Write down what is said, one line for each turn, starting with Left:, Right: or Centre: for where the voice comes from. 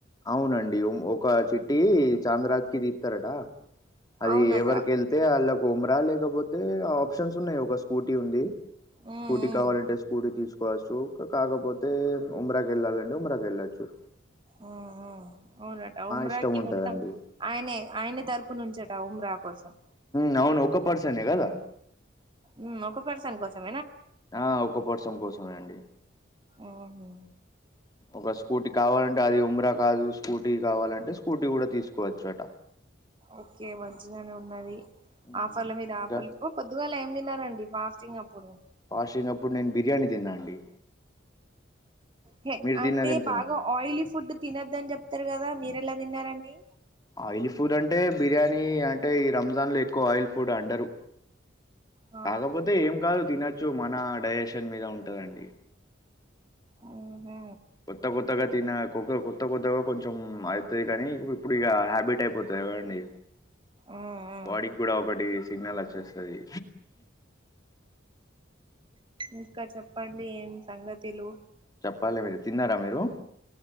Left: అవునండి ఒక చిట్ చాంద్రాతి క తీస్తారట అది
Right: అవునట
Left: ఎవరికెళ్తే అళ్ళ ఉమరా లే కపోతే ఆప్షన్స్ ఉన్నాయి ఒక స్కూటీ ఉంది
Right: ఉమ్
Left: స్కూటీ
Right: ఉమ్
Left: కావాలంటే స్కూటీ తీసుకు కోవచ్చు కాకపోతే ఉమరాకి వెళ్ళాలండి ఉమరాకి వెళ్ళచ్చు
Right: ఉ అవునట ఉమ్రాకి
Left: ఇష్టం ఉంటదండి.
Right: మొత్తం ఆయనే ఆయనే తరపు నుంచట ఉమ్రా కోసం
Left: నవును ఒక ఒక పర్సన్ ఎ కదా
Right: ఉ ఒక పర్సన్ కోసం
Left: ఆ ఒక వర్సం కోసమే అండి
Right: ఉహు.
Left: ఒక స్కూటీ కావాలంటే అది ఉమ్రా కాదు స్కూటీ కావాలంటే స్కూటీ కూడా తీసుకోవచ్చు అట
Right: ఓకే మంచిగానే ఉన్నది
Left: హ్మ్.
Right: ఆపల మీద
Left: ఇంకా
Right: ఆపలి పొద్దుగాల ఏమి దిన్ రండి ఫాస్టింగ్ అప్పుడు
Left: పాషంగ్ అప్పుడు నేను బిర్యానీ తిన్నా అండి
Right: హ
Left: మీరు
Right: అంటే
Left: తిన్నరేం తిన
Right: బాగా ఆయిలీ ఫుడ్ తినొద్దని చెప్ తస్తారు కదా మీరు ఎలా తిన్నారండి
Left: ఆయిలీ ఫుడ్ అంటే బిర్యానీ అంటే ఈ రంజాన్ లో ఎక్కువ ఆయిల్ ఫుడ్ అండరు
Right: ఆ
Left: కాకపోతే ఏం కాదు తినచ్చు మన డైజెషన్ మీద ఉంటదండి
Right: ఊహూ
Left: కొత్త కొత్తగా తిన కొ కొత్త కొత్తగా కొంచెం అయితది కానీ ఇప్పుడు ఇగ హ్యాబిట్ అయిపోతాదిగదండి
Right: ఆ ఆ
Left: బాడీకి కూడా ఒకటి సిగ్నల్ వచ్చేస్తుంది
Right: ఇంకా చెప్పండి ఏం సంగతిలు
Left: చెప్పాలి మీరు తిన్నారా మీరు